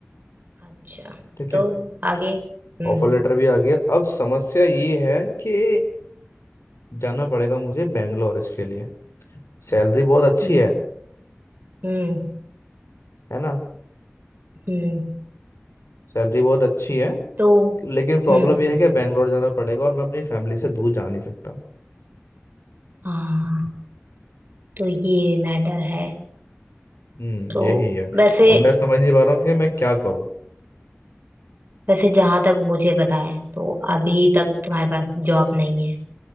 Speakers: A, on the right; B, on the left.
A: अच्छा
B: ठीक
A: तो
B: है
A: आगे हम्म
B: ऑफर लेटर भी आ गया अब समस्या ये है कि जाना पड़ेगा मुझे बैंगलोर इसके लिए सैलरी बहुत अच्छी
A: हम्म
B: है
A: हम्म
B: है ना
A: हम्म,
B: सैलरी बहुत अच्छी है
A: तो
B: लेकिन प्रॉब्लम
A: हम्म
B: यह है कि बैंगलोर जाना पड़ेगा और मैं अपनी फैमिली से दूर जा नहीं सकता
A: हाँ तो ये मैटर है
B: हम्म
A: तो
B: यही है
A: वैसे
B: अब मैं समझ नहीं पा रहा हूँ कि मैं क्या करूँ
A: वैसे जहां तक मुझे पता है तो अभी तक तुम्हारे पास जॉब नहीं है